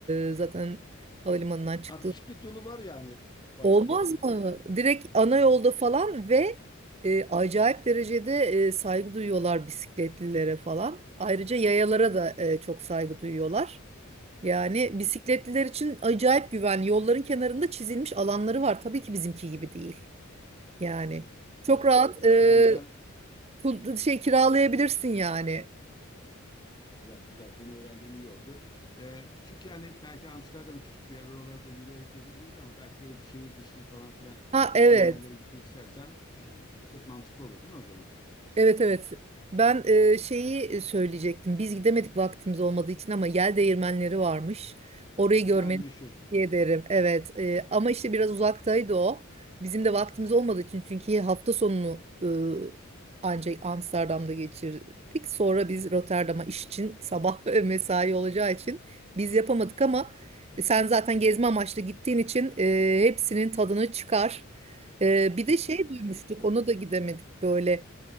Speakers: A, on the right (about 30°); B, on the left (about 20°).
A: e, zaten havalimanından çıktı.
B: Ha bisiklet yolu var yani bayağı
A: Olmaz
B: öyle mi?
A: mı? Direkt ana yolda falan ve e, acayip derecede e, saygı duyuyorlar bisikletlilere falan. Ayrıca yayalara da e, çok saygı duyuyorlar. Yani bisikletliler için acayip güvenli. Yolların kenarında çizilmiş alanları var. Tabii ki bizimki gibi değil. Yani
B: Evet süper
A: çok rahat
B: ya.
A: e,
B: Yani ben
A: kul- şey kiralayabilirsin yani.
B: güzel güzel bunu öğrendiğim iyi oldu. Ee, çünkü hani belki Amsterdam küçük bir yer oralarda yürüyerek gezebiliriz ama belki böyle bir şehir dışına falan filan
A: Ha
B: yakın
A: evet.
B: yerlere gitmek istersen e, bisiklet mantıklı olur değil mi o zaman?
A: Evet evet. Ben e, şeyi söyleyecektim. Biz gidemedik vaktimiz olmadığı için ama yel değirmenleri varmış. Orayı görmeni
B: Ha meşhur.
A: tavsiye ederim. Evet. e, ama işte biraz uzaktaydı o. Bizim de vaktimiz olmadığı için çünkü hafta sonunu e, ancak Amsterdam'da geçirdik. Sonra biz Rotterdam'a iş için sabah <laughs> mesai olacağı için biz yapamadık ama e, sen zaten gezme amaçlı gittiğin için e, hepsinin tadını çıkar. E, bir
B: İnşallah
A: de şey
B: inşallah
A: duymuştuk.
B: çıkarır.
A: Ona da gidemedik böyle